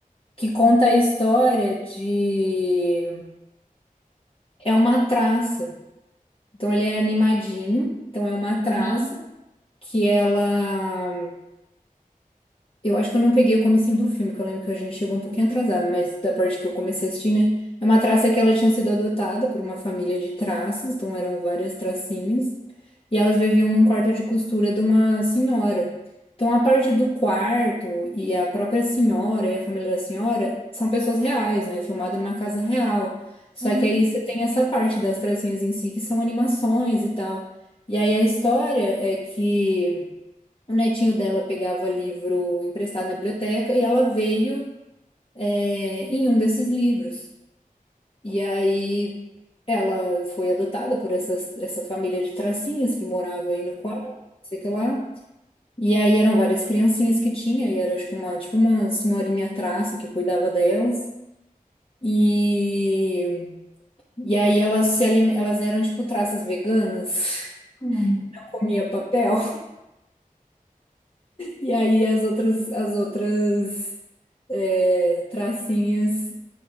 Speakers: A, on the left; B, on the left.
A: Que conta a história de. É uma traça. Então ele é animadinho, então é uma traça
B: Uhum.
A: que ela Eu acho que eu não peguei o comecinho do filme, que eu lembro que a gente chegou um pouquinho atrasado, mas da parte que eu comecei a assistir, né? É uma traça que ela tinha sido adotada por uma família de traças, então eram várias tracinhas, e elas viviam num quarto de costura de uma senhora. Então a parte do quarto e a própria senhora e a família da senhora são pessoas reais, né? Filmado numa casa real. Só
B: Uhum.
A: que aí você tem essa parte das tracinhas em si, que são animações e tal. E aí a história é que. O netinho dela pegava livro emprestado na biblioteca e ela veio, é, em um desses livros. E aí ela foi adotada por essas, essa família de tracinhas que morava aí no quarto, não sei o que lá. E aí eram várias criancinhas que tinha, e era acho que uma, tipo uma senhorinha traça que cuidava delas. E, e aí elas se alime- elas eram tipo traças veganas,
B: Uhum.
A: <laughs> comia papel. E aí as outras, as outras é, tracinhas